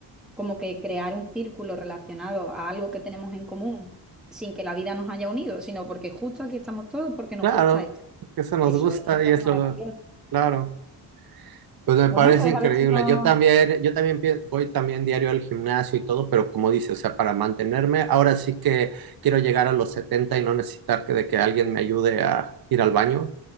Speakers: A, in the centre; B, on the right.
A: como que crear un círculo relacionado a algo que tenemos en común sin que la vida nos haya unido, sino porque justo aquí estamos todos porque
B: claro,
A: nos gusta esto.
B: eso nos
A: Eso,
B: gusta
A: eso
B: y
A: es
B: es
A: maravilloso.
B: lo, claro. Pues me parece
A: Bueno, pues
B: increíble.
A: a ver si nos...
B: Yo también, yo también pi- voy también diario al gimnasio y todo, pero como dice, o sea, para mantenerme, ahora sí que quiero llegar a los 70 y no necesitar que de que alguien me ayude a ir al baño,